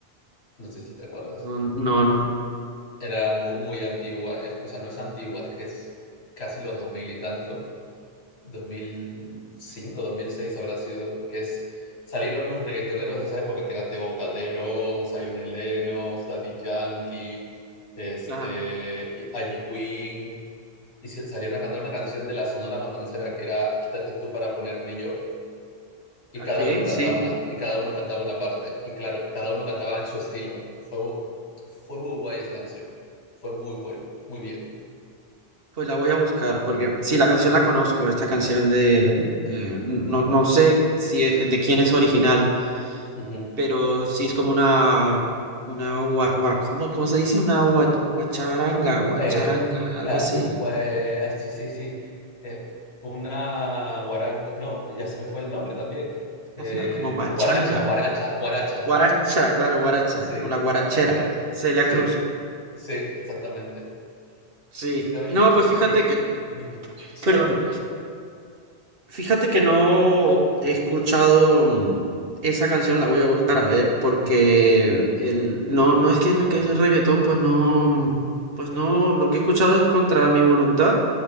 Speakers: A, on the left; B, on the right.
A: no sé si te acuerdas,
B: no, no. no.
A: era mu- muy, antigua, es cosa, no es antigua, es que es casi los 2000 y tanto, 2005, 2006 habrá sido, que es salieron los reggaetoneros de esa época, que era Teo Calderón, Zion y Lennox, Daddy Yankee, este,
B: Ajá,
A: Ivy Queen, y salieron a cantar una canción de la Sonora Matancera que era Quítate tú para ponerme yo, y
B: ok,
A: cada uno cantaba
B: sí,
A: una, y cada uno cantaba una parte, y claro, cada uno cantaba en su estilo. Fue, fue muy guay esa canción, fue muy buen, muy bien.
B: pues la voy a buscar
A: Ya,
B: porque sí, la
A: sí.
B: canción la conozco, esta canción de, eh, no, no sé si e- de quién es original,
A: Ujú.
B: pero sí es como una, una, gua- gua- ¿cómo, cómo se dice? Una gua- guacharanga, guacharanga,
A: Eh,
B: algo
A: ah,
B: así,
A: gua- ah, sí, sí, sí. eh, una guaranga. No, ya se me fue el nombre también. Eh,
B: <laughs> como guachanga,
A: guaracha, guaracha, guaracha.
B: guaracha, claro, guaracha,
A: Sí,
B: como la guarachera,
A: una guaracha.
B: Celia
A: Sí,
B: Cruz,
A: sí, exactamente.
B: sí,
A: Exactamente.
B: no,
A: Y que,
B: pues fíjate
A: y-
B: que
A: ujú, sí,
B: Perdón.
A: dime.
B: Fíjate que no he escuchado mm, esa canción, la voy a buscar a ver, porque el, no, no es que lo que es el reggaetón, pues no, mm, pues no, lo que he escuchado es contra mi voluntad,